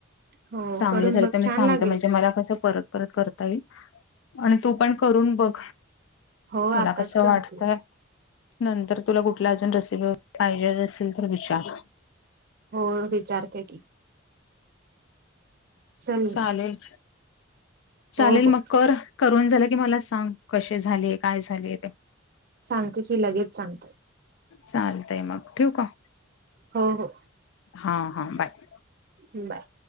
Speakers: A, on the right; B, on the left.
A: हो
B: चांगले
A: करून
B: झालं
A: बघ
B: तर मी
A: छान
B: सांगते
A: लागेल.
B: म्हणजे मला कसं परत. परत करता येईल आणि तू पण करून बघ
A: हो
B: तुला
A: आताच
B: कस वाटत?
A: करते
B: नंतर तुला कुठल्या अजून रेसिपी पाहिजे असेल, तर विचार?
A: होय विचारते की? चल
B: चालेल चालेल.
A: हो हो
B: मग कर. करून झालं की मला सांग कसे झाले? काय झाले ते?
A: सांगते की, लगेच सांगते
B: चालतय मग ठेवू का?
A: हो हो.
B: हा हा. बाय.
A: बाय.